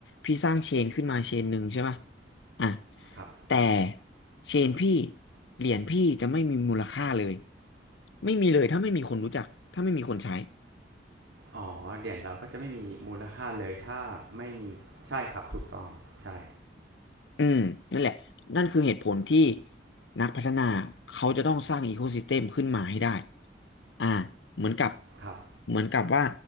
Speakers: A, on the left; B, on the right.
A: พี่สร้างเชนขึ้นมาเชนหนึ่งใช่ไหม อ่ะ
B: ครับ
A: แต่เชนพี่เหรียญพี่จะไม่มีมูลค่าเลยไม่มีเลยถ้าไม่มีคนรู้จักถ้าไม่มีคนใช้
B: อ๋อเหรียญเราก็จะไม่มีมูลค่าเลยถ้าไม่มีใช่ครับถูกต้องใช่
A: อืมนั่นแหละ นั่นคือเหตุผลที่นักพัฒนาเขาจะต้องสร้างอีโคซิสเต็มขึ้นมาให้ได้อ่าเหมือนกับ
B: ครับ
A: เหมือนกับว่า